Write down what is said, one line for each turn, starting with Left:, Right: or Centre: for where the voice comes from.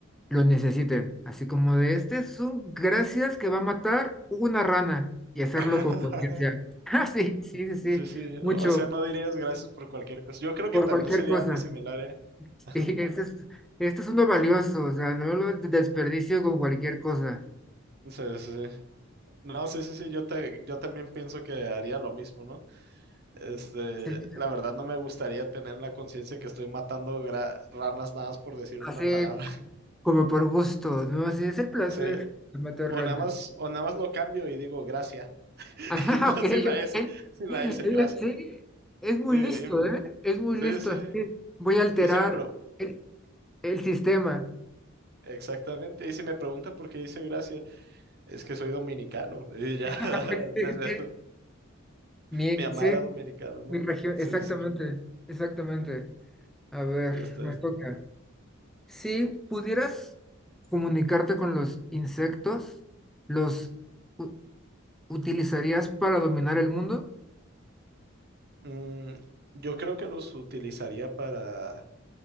Centre: lo necesiten. Así como de, este es un gracias que va a matar una rana y hacerlo
Right: <laughs>
Centre: con conciencia. <laughs> Ah, sí, sí, sí, sí,
Right: Sí, sí.
Centre: mucho,
Right: O sea, no dirías gracias por cualquier cosa. Yo creo
Centre: por
Right: que también
Centre: cualquier
Right: sería
Centre: cosa.
Right: algo similar, ¿eh? <laughs>
Centre: Y este es, este es uno valioso, o sea, no lo desperdicio con cualquier cosa.
Right: Sí, sí. No, sí, sí, sí, yo, te, yo también pienso que haría lo mismo, ¿no? Este,
Centre: Sí,
Right: la verdad no me gustaría tener en la conciencia que estoy matando gra- ranas nada más por decir
Centre: así
Right: una palabra. <laughs>
Centre: como por gusto, ¿no? Así es el placer
Right: O sea,
Centre: de matar
Right: o
Centre: ranas.
Right: nada más,
Centre: <laughs>
Right: o nada más lo cambio y digo gracia, <laughs>
Centre: Ajá,
Right: no
Centre: ok,
Right: sin la
Centre: ok.
Right: S,
Centre: Eh,
Right: sin la S, gracia.
Centre: Sí, es muy
Right: Y,
Centre: listo,
Right: y-
Centre: ¿eh? Es muy
Right: sí,
Centre: listo,
Right: sí,
Centre: así. Voy a alterar
Right: y si me
Centre: el, el sistema.
Right: preguntan, exactamente, y si me preguntan por qué dice gracia, es que soy dominicano, y ya,
Centre: <laughs>
Right: <laughs> me- me-
Centre: Mi,
Right: mi mamá
Centre: sí,
Right: era dominicana, ¿no?
Centre: mi región,
Right: Sí,
Centre: exactamente,
Right: sí,
Centre: exactamente. A ver,
Right: ya está,
Centre: me
Right: ya está.
Centre: toca. Si pudieras comunicarte con los insectos, ¿los u- utilizarías para dominar el mundo?
Right: Mm, yo creo que los utilizaría para,